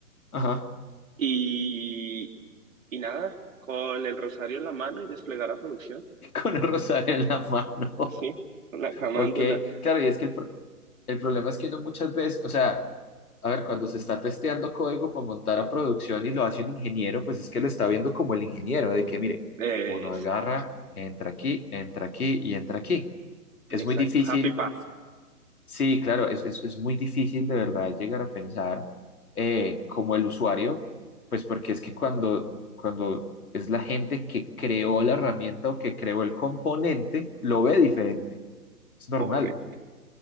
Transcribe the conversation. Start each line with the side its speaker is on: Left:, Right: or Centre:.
Left: Ajá.
Right: Y, y nada, con el rosario en la mano y desplegar a producción.
Left: Con el rosario en la mano.
Right: Sí, la camándula.
Left: Ok, claro, y es que el, pro- el problema es que uno muchas veces, o sea, a ver, cuando se está testeando código para montar a producción y lo hace un ingeniero, pues es que lo está viendo como el ingeniero, de que mire,
Right: Eh,
Left: uno
Right: exacto,
Left: agarra, entra aquí, entra aquí y entra aquí. Es
Right: exacto.
Left: muy difícil,
Right: Happy pasa.
Left: sí, claro, es, es- es muy difícil de verdad llegar a pensar eh, como el usuario, pues porque es que cuando, cuando es la gente que creó la herramienta o que creó el componente, lo ve diferente, es normal.
Right: Correcto,